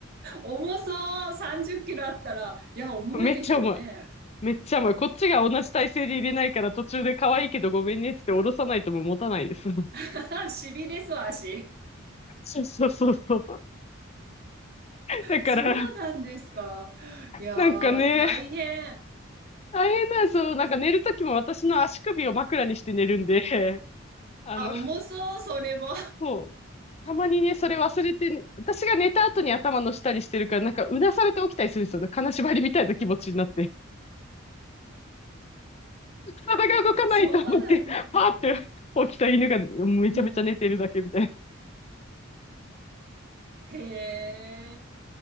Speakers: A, on the right; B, on the left.
A: 重そう、30キロあったら、いや、重いですよね。
B: <laughs> めっちゃ重い。めっちゃ重い。こっちが同じ体勢で入れないから途中で可愛いけどごめんねって言って下ろさないともう持たないです。
A: <laughs> しびれそう、足。
B: <laughs> そうそうそう。だから、
A: そうなんですか。いやー、
B: なんかね、
A: 大変。
B: 大変なんですよ。なんか寝るときも私の足首を枕にして寝るんで、あの、
A: あ、重そう、それも。
B: そう。たまにね、それ忘れて、
A: <laughs>
B: ね、私が寝た後に頭の下にしてるから、なんかうなされて起きたりするんですよね。金縛りみたいな気持ちになって。体が動かないと思って、
A: そうなんだ。
B: パーって起きた犬がめちゃめちゃ寝てるだけみたいな。
A: うん。へえ。